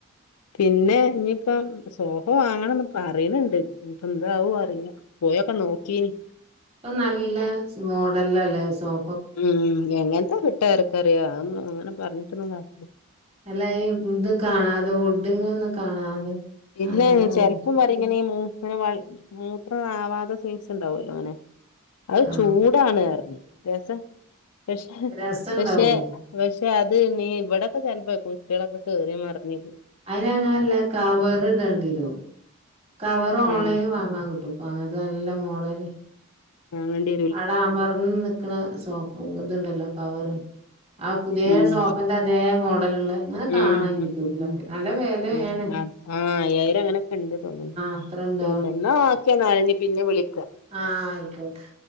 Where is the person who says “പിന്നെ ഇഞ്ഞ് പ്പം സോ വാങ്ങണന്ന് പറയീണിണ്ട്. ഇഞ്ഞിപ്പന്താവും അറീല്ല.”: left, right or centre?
Left